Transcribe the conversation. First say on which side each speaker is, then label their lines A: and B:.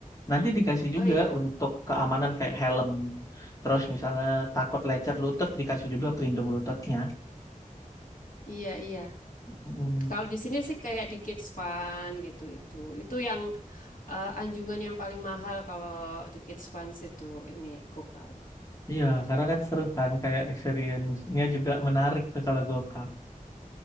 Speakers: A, on the left (about 25°); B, on the left (about 75°).
A: Nanti dikasih juga
B: oh iya,
A: untuk keamanan kayak helm, terus misalnya takut lecet lutut dikasih juga pelindung lututnya.
B: iya iya.
A: Mm.
B: Kalau di sini sih kayak di Kids Fun gitu itu. Itu yang eh, anjungan yang paling mahal kalau di Kids Fun itu ini go-kart.
A: Iya, karena kan seru kan kayak experience-nya juga menarik tuh kalau go-kart.